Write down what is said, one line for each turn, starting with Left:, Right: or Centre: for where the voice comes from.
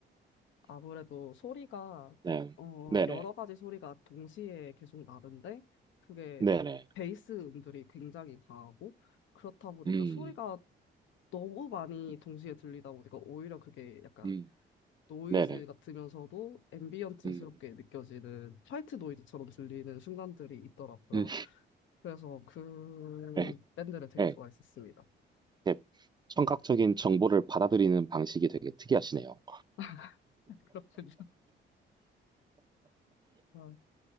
Left: 아무래도 소리가,
Right: 네.
Left: 어,
Right: 네네.
Left: 여러 가지 소리가 동시에 계속 나는데, 그게
Right: 네네.
Left: 베이스 음들이 굉장히 강하고, 그렇다 보니까
Right: 음.
Left: 소리가 너무 많이
Right: 음.
Left: 동시에 들리다 보니까 오히려 그게 약간
Right: 음.
Left: 노이즈
Right: 네네.
Left: 같으면서도 앰비언트스럽게
Right: 음.
Left: 느껴지는 화이트 노이즈처럼 들리는 순간들이 있더라고요.
Right: 음.
Left: 그래서 그
Right: <laughs>
Left: 밴드를 되게
Right: 네.
Left: 좋아했었습니다.
Right: 이렇게 청각적인 정보를 받아들이는 방식이 되게 특이하시네요.
Left: <laughs> 그렇군요. 어,